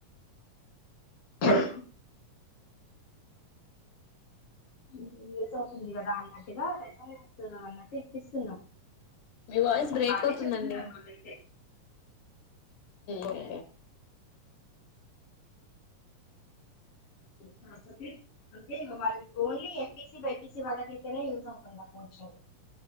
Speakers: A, on the left (about 45°); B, on the left (about 90°).
A: <inaudible> ఏసేట్ అవుతుంది కదా అన్నట్టుగా రజ అన్నట్టు ఇప్పిస్తున్నాం
B: మీ వాయిస్ బ్రేక్
A: బానే
B: అవుతుందండి
A: చెప్తున్నారు వాళ్ళైతే
B: ఓకే <inaudible>
A: తప్పది అంటే వాళ్ళ ఓన్లీ ఎంపీసి బైపీసి వాళ్ళక అయితేనే యూజ్ అవుతుందా కోచింగ్